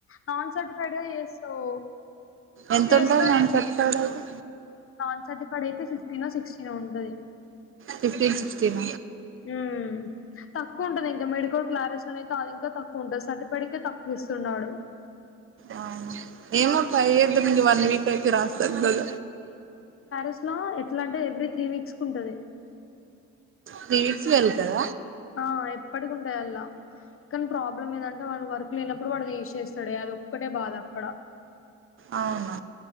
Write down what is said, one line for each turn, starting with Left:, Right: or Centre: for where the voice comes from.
Left: నాన్ సర్టిఫైడ్ చేస్తావ్,
Right: ఎంత
Left: చేస్తావ్
Right: ఉంటాది నాన్ సర్టిఫైడ్ అయితే
Left: నాన్ సర్టిఫైడ్ అయితే ఫిఫ్టీనో సిక్స్టీనో ఉంటది.
Right: ఫిఫ్టీన్ సిక్స్టీన్
Left: హుమ్ తక్కువ ఉంటంది ఇంకా మెడికల్ క్లారెస్ అయితే అది ఇంకా తక్కువ ఉంటుంది సర్టిఫైడ్ ఇక తక్ విస్తున్నాడు
Right: ఆ ఏమో ట్రై చేదాం ఇక వన్ వీక్ అయితే రాస్తాది కాద
Left: అసలు ఎట్లా అంటే ఎవ్రీ త్రీ వీక్స్ కు ఉంటాది
Right: త్రి వీక్స్ లో వెళ్తాద
Left: ఆ ఎప్పటికి ఉంటాయి అల్లా కానీ ప్రాబ్లమ్ ఏదంటే వాడు వర్క్ లేనప్పుడు వాడుది తీసేస్తాడు అదోక్కటే బాధ అక్కడ
Right: అవున